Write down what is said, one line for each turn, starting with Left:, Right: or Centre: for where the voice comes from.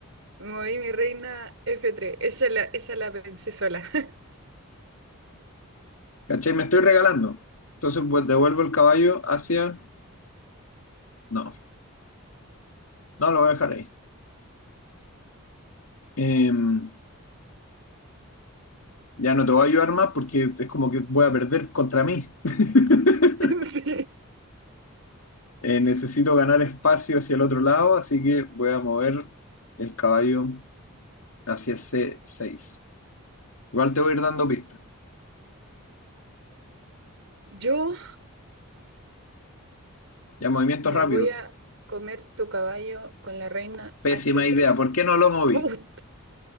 Right: Moví mi reina f tres Esa la, esa la pensé sola. <laughs>
Left: ¿Cachai? Me estoy regalando. Entonces pues, devuelvo el caballo hacia... No, no lo voy a dejar ahí. Em, ya no te voy a ayudar más porque es como que voy a perder contra mí. <laughs>
Right: Sí.
Left: Eh, necesito ganar espacio hacia el otro lado, así que voy a mover el caballo hacia C6. Igual te voy a ir dando pistas.
Right: Yo
Left: Ya, movimiento
Right: me
Left: rápido.
Right: voy a comer tu caballo con la reina
Left: Pésima
Right: h
Left: idea.
Right: tres
Left: ¿Por qué no lo moví?
Right: ¡Put!